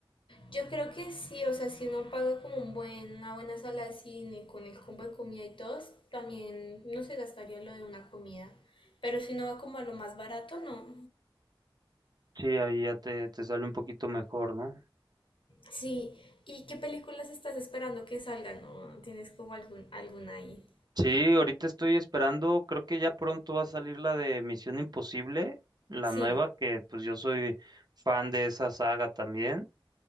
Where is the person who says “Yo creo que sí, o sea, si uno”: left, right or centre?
Left